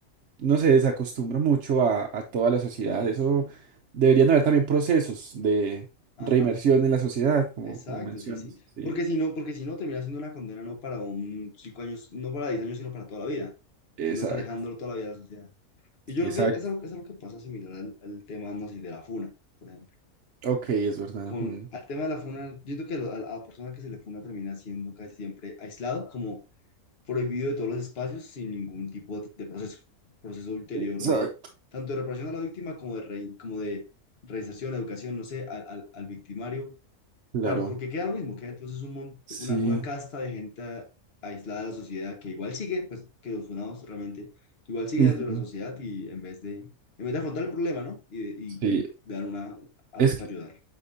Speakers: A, on the right; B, on the left.
A: no se desacostumbra mucho a, a toda la sociedad.
B: Sí,
A: Eso
B: sí.
A: deberían haber también procesos de
B: Ajá,
A: reinmersión en la sociedad, como,
B: exacto,
A: como mencionas.
B: sí, sí.
A: Sí,
B: Porque si no, porque si no, terminas siendo una condena no para un cinco años, no para 10 años, sino para toda la vida.
A: exacto,
B: Terminas alejándolo toda la vida de la sociedad. Y yo
A: exacto.
B: creo que es algo, es algo que pasa similar al, al tema, no sé, de la funa, por ejemplo.
A: Ok, es verdad.
B: Con,
A: mm,
B: al tema de la funa, yo creo que lo- a la a la persona que se le funa termina siendo casi siempre aislado, como prohibido de todos los espacios sin ningún tipo de, de proceso, proceso ulterior
A: Exacto.
B: de tanto de reparación a la víctima como de, re- como de reinserción, educación, no sé, al, al- al victimario,
A: Claro,
B: para, porque queda lo mismo, queda entonces un mont-
A: sí.
B: una, una casta de gente a- aislada de la sociedad que igual sigue, pues que los funados realmente igual siguen
A: ujú,
B: dentro de la sociedad y en vez de, en vez de afrontar el problema, ¿no? Y, y,
A: Sí,
B: y dar una, algo
A: es que,
B: para ayudar.